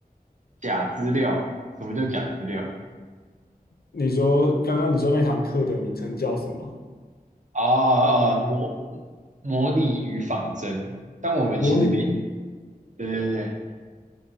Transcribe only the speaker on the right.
假资料，什么叫假资料？
啊啊，模模拟与仿真。但我们其实没，
对对对，